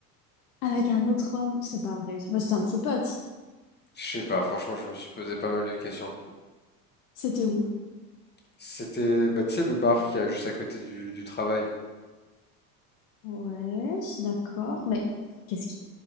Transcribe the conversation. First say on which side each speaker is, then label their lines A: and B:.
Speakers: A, on the left (about 60°); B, on the left (about 20°).
A: Avec un autre homme, c'est pas vrai. Mais c'était un petit pote.
B: Je sais pas, franchement, je me suis posé pas mal de questions.
A: C'était où?
B: C'était, bah, tu sais, le bar qui est juste à côté du, du travail.
A: Ouais, je suis d'accord. Mais qu'est-ce qui...